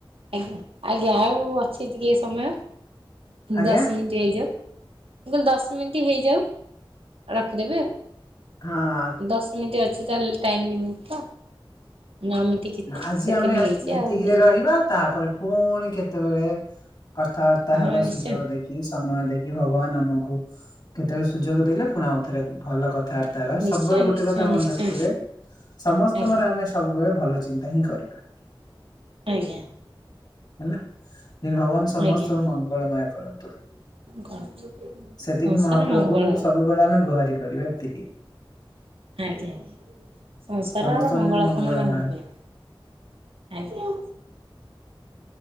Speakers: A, on the right; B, on the left.
A: ଆଜ୍ଞା ଆଜ୍ଞା ଆଉ ଅଛି ଟିକେ ସମୟ
B: ଆଜ୍ଞା
A: ଦଶ ମିନିଟ ହେଇଯାଉ। ମୁ କହିଲି ଦଶ ମିନିଟ୍ ହେଇଯାଉ ରଖିଦେବି ଆଉ।
B: ହଁ
A: ଦଶ ମିନିଟ୍ ଅଛି ତାହେଲେ ଟାଇମ୍ ଲିମିଟ ତ। ନଅ ମିନିଟ୍ କି
B: ଆଜି
A: ସେକେଣ୍ଡ
B: ଆମେ
A: ହେଇଛି
B: ଏତିକିରେ
A: ଆଉ କିଛି
B: ରହିବା ତାପରେ ପୁଣି କେତେବେଳେ କଥାବାର୍ତ୍ତା
A: ହଁ
B: ହେବା
A: ନିଶ୍ଚୟ
B: ସୁଯୋଗ ଦେଖି ସମୟ ଦେଖ ଏ ଭଗବାନ ଆମକୁ କେତେବେଳେ ସୁଯୋଗ ଦେଲେ ପୁଣି ଆଉ ଥରେ ଭଲ କଥା
A: ନିଶ୍ଚୟ
B: ସବୁବେଳେ ଗୋଟେ
A: ନିଶ୍ଚୟ
B: କଥା ମନେ
A: ନିଶ୍ଚୟ
B: ରଖିବେ ସମସ୍ତଙ୍କର
A: ଆଜ୍ଞା
B: ଆମେ ସବୁବେଳେ ଭଲଚିନ୍ତା ଚିନ୍ତା ହିଁ କରିବା।
A: ଆଜ୍ଞା।
B: ହେଲା ଭଗବାନ ସମସ୍ତଙ୍କୁ
A: ଆଜ୍ଞା
B: ମଙ୍ଗଳମୟ କରନ୍ତୁ।
A: କରୁଛି
B: ସେତିକି
A: ସଂସାର
B: ମହାପ୍ରଭୁଙ୍କୁ
A: ମଙ୍ଗଳ ହେଉ
B: ସବୁବେଳେ ଆମେ ଗୁହାରି କରିବା ଏତିକି।
A: ଆଜ୍ଞା ସଂସାରର
B: ସମସ୍ତଙ୍କ
A: ମଙ୍ଗଳକାମନା
B: ଯେମିତି ମଙ୍ଗଳମୟ
A: କୁହେ। ଆଜ୍ଞା।